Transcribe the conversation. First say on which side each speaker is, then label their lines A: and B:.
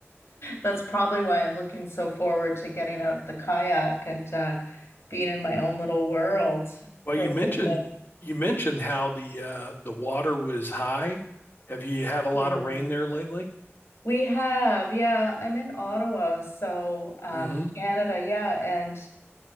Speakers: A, on the left; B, on the left.
A: That's probably why I'm looking so forward to getting out the kayak and uh, being in my own little world
B: Well,
A: for
B: you
A: a
B: mentioned
A: little bit.
B: you mentioned how the uh, the water was high. Have you had a lot
A: Yeah.
B: of rain there lately?
A: We have, yeah, I'm in Ottawa, so um,
B: hmm
A: Canada, yeah, and